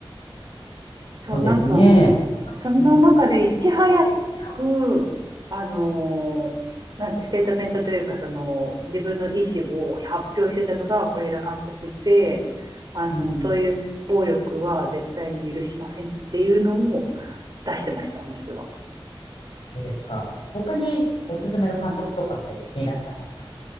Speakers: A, on the left; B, on the right.
A: そうですね。
B: そう、なんか、
A: そう、なんか、
B: その中でいち早く、
A: うん。その中で、いや、
B: あの、なんて、ステートメントというか、その、自分の意思を発表してたのが是枝監督で、あの、
A: うん。
B: そういう暴力は絶対に許しませんっていうのを出してました、あの人は。
A: そうですか。他におすすめの監督とかっていらっしゃいますか